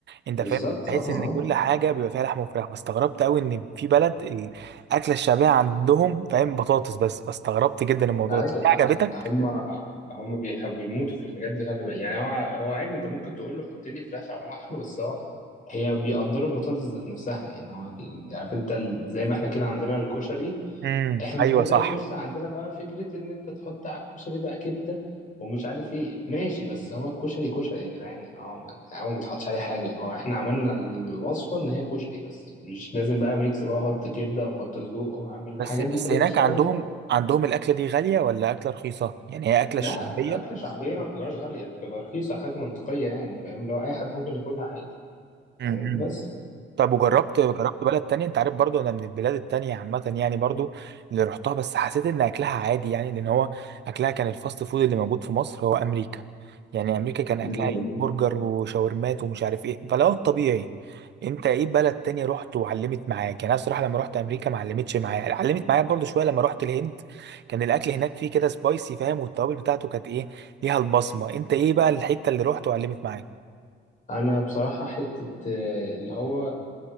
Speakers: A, on the right; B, on the left.
A: انت
B: بالظبط
A: فاهم بحيث
B: اه اه.
A: ان كل حاجه بيبقى فيها لحمه وفراخ فاستغربت قوي ان في بلد الاكله الشعبيه عندهم فاهم بطاطس بس فاستغربت جدا الموضوع
B: عادي
A: ده دي عجبتك
B: لا لا هم هم بيحبوا يموتوا في الحاجات دي خلي بالك يعني هو هو عادي انت ممكن تقول له حط لي فراخ او لحمه بس هو هي بيقدروا البطاطس ذات نفسها يعني هو ال- عارف انت ال- زي ما احنا كده عندنا الكشري
A: امم
B: احنا ابتدى
A: ايوه صح
B: يخش عندنا بقى فكره ان انت تحط على الكشري بقى كبده ومش عارف ايه ماشي بس هو الكشري كشري يا جدعان ان هو ما هو ما بيتحطش عليه حاجه هو احنا عملنا الوصفه ان هي كشري بس مش لازم بقى ميكس بقى احط كبده واحط سجق واعمل الحاجات
A: بس بس
B: دي كلها
A: هناك
B: بتبقى
A: عندهم عندهم الاكله دي غاليه ولا اكله رخيصه يعني هي اكله
B: لا
A: الشعبيه
B: أكلة شعبية ما بتبقاش غالية بتبقى رخيصة حاجة منطقية يعني فاهم لو أي حد ممكن ياكلها عادي فاهم
A: امم
B: بس
A: طب وجربت جربت بلد تانية انت عارف برضو انا من البلاد التانية عامة يعني برضو اللي رحتها بس حسيت ان اكلها عادي يعني لان هو اكلها كان الفاست فود اللي موجود في مصر هو امريكا يعني امريكا كان
B: مم.
A: اكلها إيه؟ برجر وشاورمات ومش عارف ايه فلو الطبيعي انت ايه بلد تانية رحت وعلمت معاك يعني انا الصراحة لما رحت امريكا ما علمتش معايا علمت معايا برضو شوية لما رحت الهند كان الاكل هناك فيه كده سبايسي فاهم والتوابل بتاعته كانت ايه ليها البصمة انت ايه بقى الحتة اللي رحت وعلمت معاك
B: أنا بصراحة حتة آه، اللي هو